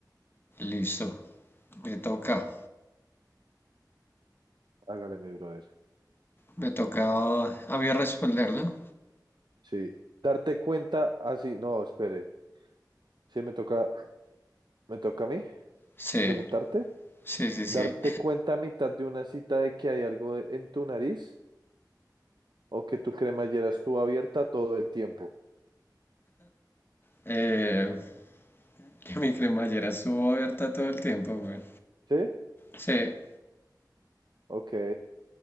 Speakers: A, on the left; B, on the right.
A: Listo, me toca,
B: Hágale, mi brother.
A: me toca a mí responderlo.
B: Sí. Darte cuenta así. No, espere. Sí, me toca, me toca a mí
A: Sí,
B: preguntarte.
A: sí, sí,
B: Darte
A: sí.
B: cuenta a mitad de una cita de que hay algo de- en tu nariz o que tu cremallera estuvo abierta todo el tiempo.
A: Eh, <laughs> que mi cremallera estuvo abierta todo el tiempo, güey.
B: ¿Sí?
A: Sí,
B: Ok.